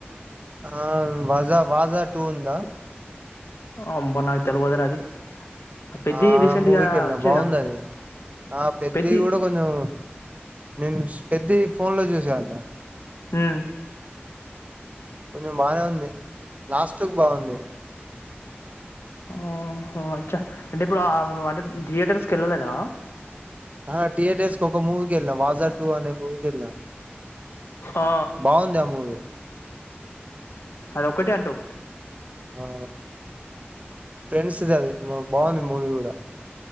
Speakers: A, on the right; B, on the left.
A: ఆ వాజా వాజా టూ ఉందా
B: అంబ నాకు తెలివదురా అది పెద్ది
A: ఆ
B: రీసెంట్
A: మూవీకి
B: గా
A: వెళ్ళినా
B: వచ్చేగా
A: బాగుంది అది ఆ పెద్ద
B: పెద్ది
A: కూడా కొంచెం నేన్స్ పెద్ది ఫోన్లో చూసా అన్న
B: ఉం
A: కొంచెం బానే ఉంది లాస్ట్క్ బాగుంది
B: ఓహో అచ్చ అంటే ఇప్పుడు ఆ అంట థియేటర్స్కి వెళ్ళలేదా
A: ఆహా థియేటర్స్కి ఒక మూవీకి వెళ్ళ వాజా టూ అనే మూవీకెళ్నా
B: ఆ
A: బాగుంది అ మూవీ
B: అదోక్కటే అంటవ్
A: ఆ ఫ్రెండ్స్ అది బాగుంది మూవీ కూడా